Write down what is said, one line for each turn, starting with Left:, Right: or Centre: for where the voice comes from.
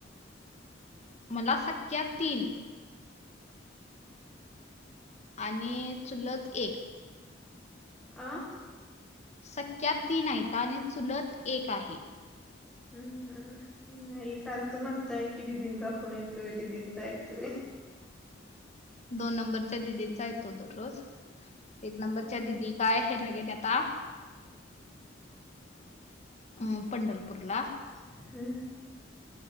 Left: मला सख्या तीन आणि चुलत एक
Centre: आं
Left: सख्या तीन हायता आणि चुलत एक आहे
Centre: हम्म हम् नाही सारखं म्हणताय की दिदींचा फोन येतोय दीदींचा येतोय
Left: दोन नंबरच्या दिदींचा येतो दररोज एक नंबरच्या
Centre: हम्म
Left: दिदी काय हेला गेल्याता अ पंढरपूर ला
Centre: हम्म